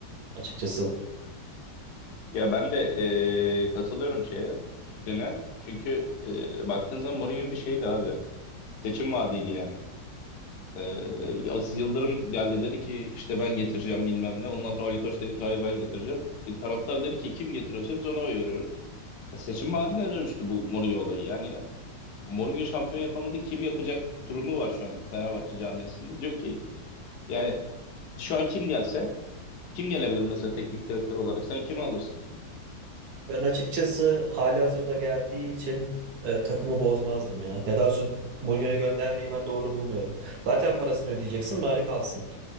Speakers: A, on the right; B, on the left.
A: açıkçası.
B: Ya ben de e, katılıyorum şeye fikrine. Çünkü e, baktığın zaman Mourinho bir şeydi abi. Seçim vaadiydi yani. E, Aziz Yıldırım geldi dedi ki işte ben getireceğim bilmem ne. Ondan sonra Ali Koç dedi ki hayır ben getireceğim. E, taraftar dedi ki kim getiriyorsa biz ona oy veriyoruz. E, seçim vaadine dönüştü bu Mourinho olayı. Yani Mourinho şampiyon yapamadı kim yapacak durumu var şu an Fenerbahçe camiasında. Diyor ki yani şu an kim gelse Kim gelebilir mesela teknik direktör olarak? Sen kimi alırsın?
A: Ben açıkçası halihazırda geldiği için e, takımı bozmazdım ya. Ya daha doğrusu Mourinho'ya göndermeyi ben doğru bulmuyorum. Zaten parasını ödeyeceksin bari kalsın